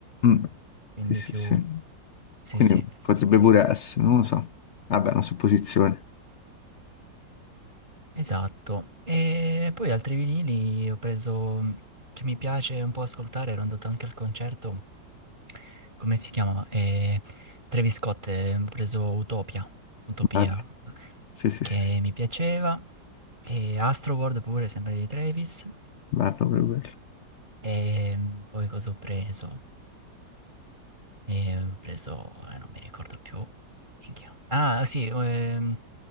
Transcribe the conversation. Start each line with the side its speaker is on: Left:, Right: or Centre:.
Left: Mm.
Right: Quindi
Left: Sì, sì,
Right: più...
Left: sì.
Right: Sì,
Left: Quindi
Right: sì.
Left: potrebbe pure essere, non lo so. Vabbè, è una supposizione.
Right: Esatto. E poi altri vinili ho preso che mi piace un po' ascoltare, ero andato anche al concerto. Come si chiama? Eh, Travis Scott, eh, ho preso Utopia, Utopia,
Left: Bello. Sì, sì,
Right: che
Left: sì. sì.
Right: mi piaceva. E Astroworld pure, sempre di Travis.
Left: Bello per quello.
Right: E mm, poi cosa ho preso? E ho preso, eh, non mi ricordo più. Minchia. Ah, sì, ehm,